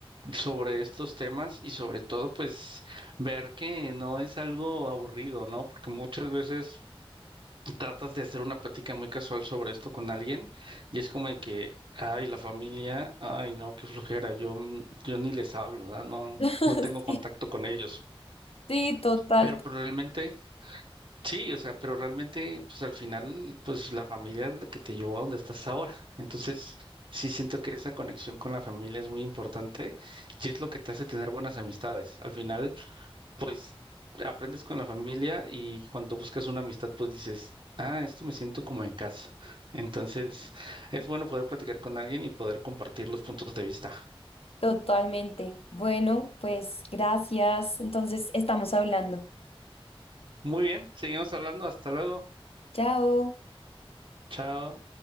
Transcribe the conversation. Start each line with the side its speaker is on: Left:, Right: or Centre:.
Right: sobre estos temas y sobre todo pues ver que no es algo aburrido, ¿no? Porque muchas veces tratas de hacer una plática muy casual sobre esto con alguien y es como de que, ay, la familia, ay, no, qué flojera, yo, mm, yo ni les hablo, ¿verdad? No,
Left: <laughs>
Right: no tengo contacto
Left: Sí.
Right: con ellos.
Left: Sí, total,
Right: Pero, pero realmente, sí, o sea, pero realmente, pues al final, pues la familia es la que te llevó a donde estás ahora. Entonces, sí siento que esa conexión con la familia es muy importante y es lo que te hace tener buenas amistades. Al final, pues aprendes con la familia y cuando buscas una amistad, pues dices, ah, esto me siento como en casa. Entonces, es bueno poder platicar con alguien y poder compartir los puntos de vista.
Left: totalmente. Bueno, pues gracias. Entonces, estamos hablando.
Right: Muy bien, seguimos hablando. Hasta luego.
Left: Chao.
Right: Chao.